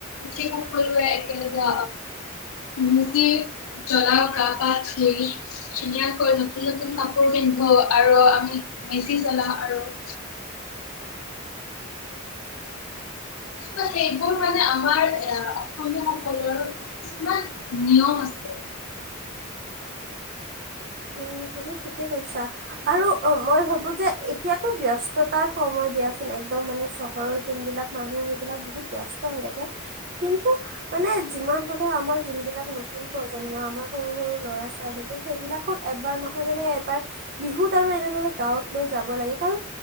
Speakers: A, on the left (about 80°); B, on the right (about 50°).
A: উঠি সকলোৱে একেলগে মেজি জ্বলাও গা পা ধুই। ধুনীয়াকৈ নতুন-নতুন কাপোৰ পিন্ধো আৰু আমি মেজি জ্বলাও আৰু। <inaudible> ত, সেইবোৰ মানে আমাৰ এ, অসমীয়া সকলৰ কিছুমান নিয়ম আছে।
B: উম, তুমি ঠিকে কৈছা আৰু মই ভাবো যে এতিয়াতো ব্য স্ততাৰ সময় দিয়াচোন একদম মানে চহৰৰ যোনবিলাক মানুহ সেইবিলাক বহুত ব্যস্ত হৈ থাকে। কিন্তু মানে যিমান হলেও আমাৰ যোনবিলাক নতুন প্ৰজন্ম আমাৰ সৰু সৰু ল'ৰা ছোৱালীবোৰ সেইবিলাকক এবাৰ নহয় মানে এবাৰ বিহুত আৰু এনেদৰে গাঁৱত লৈ যাব লাগে, কাৰণ